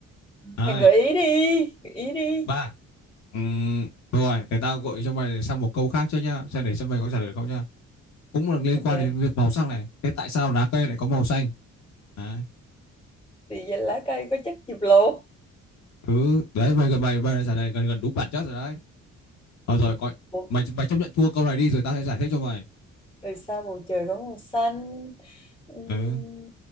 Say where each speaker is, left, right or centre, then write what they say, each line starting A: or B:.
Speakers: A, on the left; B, on the left.
A: hai,
B: mày gợi ý đi, gợi ý đi.
A: ba. Ừm, rồi, để tao gợi cho mày sang một câu khác chứ nhá, xem để xem mày có trả lời được không nhá. Cũng là liên
B: Ok,
A: quan đến việc màu sắc này. Thế tại sao lá cây lại có màu xanh? Đấy.
B: vì lá cây có chất diệp lục.
A: Ừ, đấy mày gần mày mày đã trả lời gần gần đúng bản chất rồi đấy. Thôi rồi, coi
B: Ủa,
A: mày mày chấp nhận thua câu này đi rồi tao sẽ giải thích cho mày.
B: từ sao bầu trời có màu xanh Ừm,
A: Ừ,